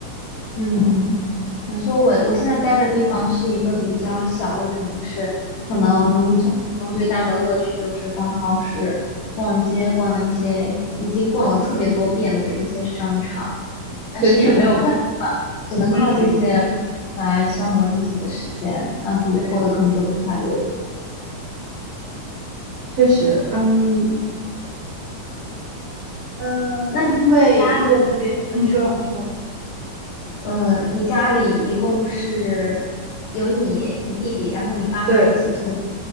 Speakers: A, on the left; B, on the right.
A: 嗯，没错，我我现在待的地方是一个比较小的城市，可能生活中最大的乐趣就是逛超市、
B: 嗯，
A: 逛街、逛一些已经逛了特别多遍的一些商场，但是也没有办法，
B: 确实，
A: 只能靠这些
B: 嗯，
A: 来消磨自己的时间，让自己获得更多的快乐。
B: 对，确实，嗯呃，
A: 那
B: 因为英国这边，
A: 家。
B: 嗯你说你说，
A: 呃，你家里一共是有你、你弟弟，然后你爸妈一起住，
B: 对